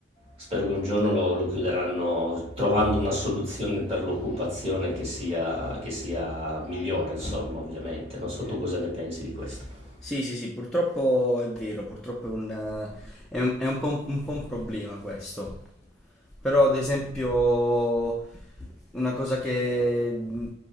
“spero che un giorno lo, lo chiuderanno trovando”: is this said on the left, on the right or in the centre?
Right